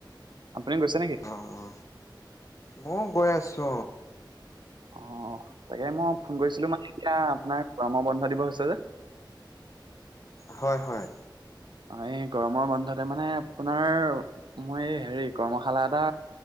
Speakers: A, on the right (about 70°); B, on the left (about 40°).
A: আপুনি গৈছে নেকি?
B: অ অ ময়ো গৈ আছো।
A: অ'। তাকে মই ফোন কৰিছিলো মানে এতিয়া আপোনাৰ গৰমৰ বন্ধ দিব হৈছে যে।
B: হয়-হয়।
A: হয়। গৰমৰ বন্ধতে মানে আপোনাৰ মই হেৰি কৰ্মশালা এটা